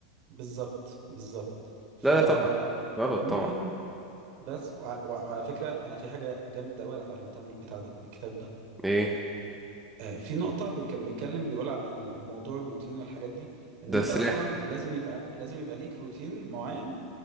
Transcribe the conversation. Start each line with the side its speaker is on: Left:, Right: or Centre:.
Right: بالظبط بالظبط ف
Centre: لا لا طبعا غلط
Right: مم.
Centre: طبعا
Right: بس وع وع وعلى فكرة أنا في حاجة جامدة أوي أنا اتعلمتها من البتاع ده من الكتاب ده
Centre: ايه
Right: آه، في نقطة بي- كان بيتكلم بيقول على الموضوع الروتين والحاجات دي ان
Centre: ده
Right: انت
Centre: سلاح
Right: اصلا لازم يبقى لازم يبقى ليك روتين معين